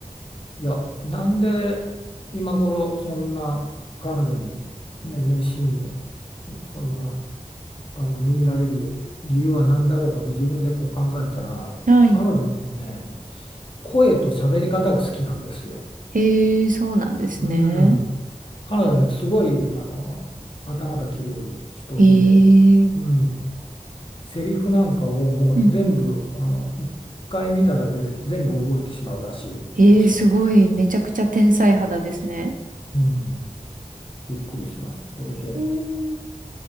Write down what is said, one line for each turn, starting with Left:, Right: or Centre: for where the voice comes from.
Left: いや、なんで今頃そんな彼女に、ね、熱心に、そんな、あの、見入られる理由は何だろうかと自分でこう考えたら、
Right: はい。
Left: 彼女のね、声と喋り方が好きなんですよ。
Right: えー、そうなんですね。
Left: うん。彼女はね、すごい、あの、頭が切れる人で、
Right: えー、
Left: うん。セリフなんかをもう全部、
Right: うん、うん。
Left: あの、一回見ただけで全部覚えてしまうらしいんです。
Right: ええ、すごい、めちゃくちゃ天才肌ですね。
Left: うん。びっくりします。それで、
Right: へー